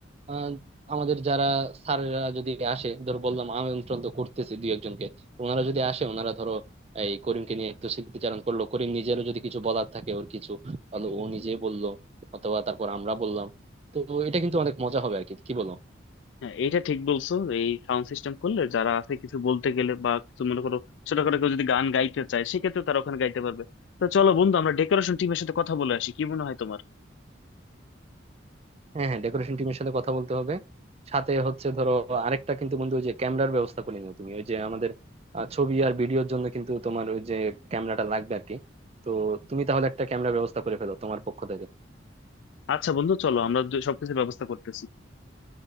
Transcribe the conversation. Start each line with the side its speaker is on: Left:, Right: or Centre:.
Right: আহ আমাদের যারা স্যাররা যদি আসে ধরো বললাম আমন্ত্রণ তো করতেছি দুই একজনকে ওনারা যদি আসে ওনারা ধরো এই করিমকে নিয়ে একটু স্মৃতিচারণ করলো করিম নিজেরও যদি কিছু বলার থাকে ওর কিছু তাহলে ও নিজে বললো অথবা তারপর আমরা বললাম তো এটা কিন্তু অনেক মজা হবে আর কি কি বলো
Left: হ্যাঁ এটা ঠিক বলছো এই সাউন্ড সিস্টেম করলে যারা আছে কিছু বলতে গেলে বা কিছু মনে করো ছোটখাটো কেউ যদি গান গাইতে চায় সেক্ষেত্রে তারা ওখানে গাইতে পারবে তো চলো বন্ধু আমরা ডেকোরেশন টিমের সাথে কথা বলে আসি কি মনে হয় তোমার
Right: হ্যাঁ হ্যাঁ ডেকোরেশন টিমের সাথে কথা বলতে হবে সাথে হচ্ছে ধরো আরেকটা কিন্তু বন্ধু ওই যে ক্যামেরার ব্যবস্থা করে নিও তুমি ওই যে আমাদের আহ, ছবি আর ভিডিওর জন্য কিন্তু তোমার ওই যে ক্যামেরাটা লাগবে আর কি তো তুমি তাহলে একটা ক্যামেরার ব্যবস্থা করে ফেলো তোমার পক্ষ থেকে
Left: আচ্ছা বন্ধু চলো আমরা দু- সবকিছুর ব্যবস্থা করতেছি